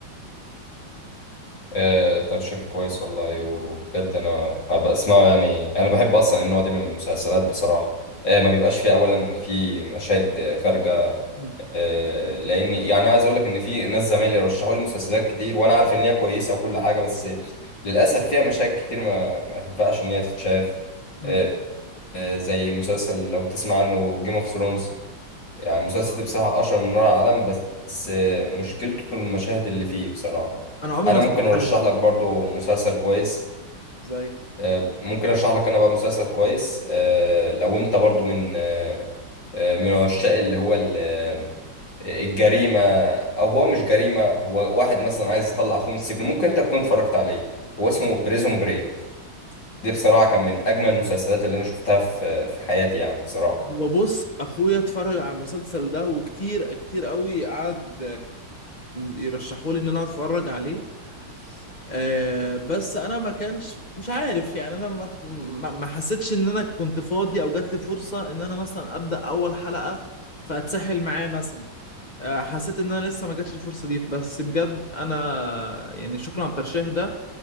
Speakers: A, on the left; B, on the left.
A: آه، ترشيح كويس والله وبجد انا هبقى اسمعه يعني انا بحب اصلا النوع ده من المسلسلات بصراحه آه، ما بيبقاش فيه اولا في مشاهد خارجه
B: مم.
A: آه، لان يعني انا عايز اقول لك ان في ناس زمايلي رشحوا لي مسلسلات كتير وانا عارف ان هي كويسه وكل حاجه بس للاسف فيها مشاهد كتير ما ما تنفعش ان هي تتشاف
B: مم.
A: آه، آه، زي مسلسل لو تسمع عنه جيم اوف ثرونز يعني المسلسل
B: آه.
A: ده بصراحة أشهر من نار على العالم بس بس مشكلته المشاهد اللي فيه بصراحة
B: انا عمري
A: أنا
B: ما اتفرجت
A: ممكن أرشح
B: عليه برضه
A: لك برضو مسلسل كويس
B: زي
A: آه، ممكن أرشح لك أنا بقى مسلسل كويس آه، لو أنت برضو من آه، آه، من عشاق اللي هو ال- آه، الجريمة أو هو مش جريمة هو واحد مثلا عايز يطلع أخوه من السجن ممكن أنت تكون اتفرجت عليه هو اسمه بريزون بريك دي بصراحة كان من أجمل المسلسلات اللي أنا شفتها في في حياتي يعني بصراحة
B: هو بص اخويا اتفرج على المسلسل ده وكتير كتير قوي قعد يرشحوا لي ان انا اتفرج عليه آه، بس انا ما كانش مش عارف يعني انا ما ما ما حسيتش ان انا كنت فاضي او جات لي فرصة ان انا مثلا ابدا اول حلقة فاتسحل معاه مثلا آه، حسيت ان انا لسه ما جاتش الفرصة دي بس بجد انا يعني شكرا على الترشيح ده